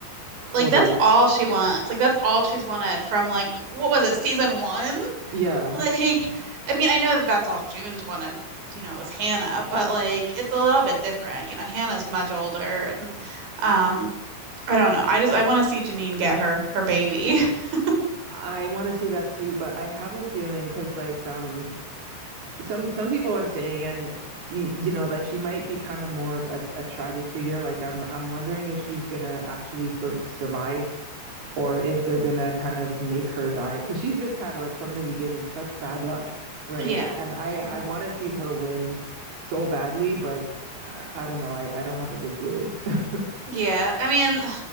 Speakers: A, on the right (about 60°); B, on the right (about 85°).
A: totally.
B: Like that's all she wants. Like that's all she's wanted from like what was it, season one?
A: Yeah.
B: Like, I mean, I know that that's all June's wanted, you know, was Hannah, but like it's a little bit different. You know, Hannah's much older, and um, I don't know. I just I want to see Janine get her her baby. <laughs>
A: I want to see that too, but I have a feeling because like um some some people are saying and y- you know that she might be kind of more of a, a tragic figure. Like I'm I'm wondering if she's gonna actually sur survive or if they're gonna kind of make her die because she's just had like from the beginning such bad luck, right?
B: Yeah.
A: And I I
B: Mhm.
A: want to see her win so badly, but uh, I don't know. I I don't have a good feeling. <laughs>
B: Yeah, I mean,